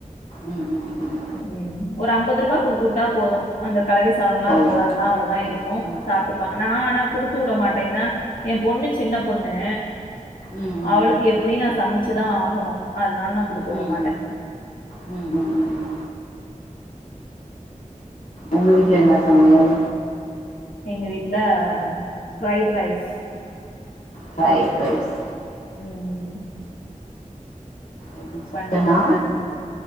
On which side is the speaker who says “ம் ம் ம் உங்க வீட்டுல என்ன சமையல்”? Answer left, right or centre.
Left